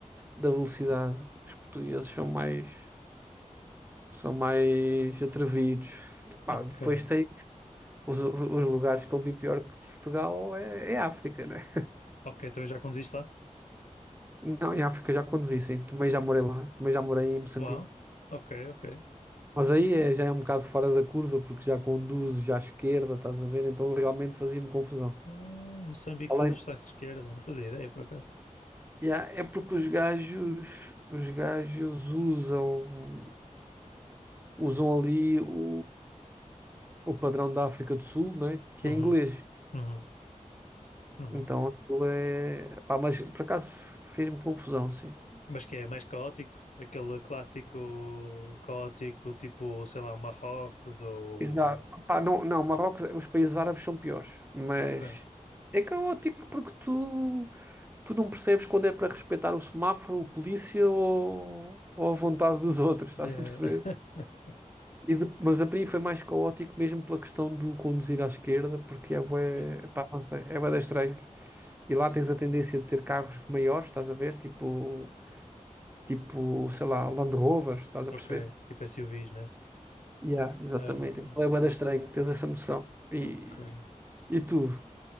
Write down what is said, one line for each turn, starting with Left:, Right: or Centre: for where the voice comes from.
Right: da velocidade. Os portugueses são mais, são mais atrevidos. Pá,
Left: ok.
Right: depois tem Os, os lugares que eu vi pior que Portugal é, é África, né?
Left: Ok, também já conduziste lá?
Right: Não, em África já conduzi, sim. Também já morei lá. Também já morei em Moçambique.
Left: Uau. Ok, ok.
Right: Mas aí é- já é um bocado fora da curva, porque já conduzo já à esquerda, estás a ver? Então realmente fazia-me confusão.
Left: Ah, em Moçambique
Right: Além.
Left: conduz-se à esquerda, não fazia ideia por acaso.
Right: Yeah, é porque os gajos, os gajos usam, usam ali o, o padrão da África do Sul, né? Que
Left: Uhum,
Right: é inglês.
Left: uhum, uhum.
Right: Então aquilo é. Pá, mas por acaso fez-me confusão, sim.
Left: Mas que é mais caótico? Aquele clássico caótico, tipo, sei lá, Marrocos ou.
Right: Exato. Pá, não, não, Marrocos, os países árabes são piores, mas
Left: Ok.
Right: é caótico porque tu, tu não percebes quando é para respeitar o semáforo, o polícia ou, ou a vontade dos outros, estás
Left: É.
Right: a perceber?
Left: <laughs>
Right: E de- mas a mim foi mais caótico mesmo pela questão do conduzir à esquerda, porque é bué,
Left: Pois.
Right: pá, não sei, é bué da estranho. E lá tens a tendência de ter carros maiores, estás a ver? Tipo, tipo, sei lá, Land Rovers, estás a
Left: Ok,
Right: perceber?
Left: tipo SUVs, né?
Right: Yeah, exatamente.
Left: Um,
Right: É bué da estranho, tens essa noção. E,
Left: Ok.
Right: e tu?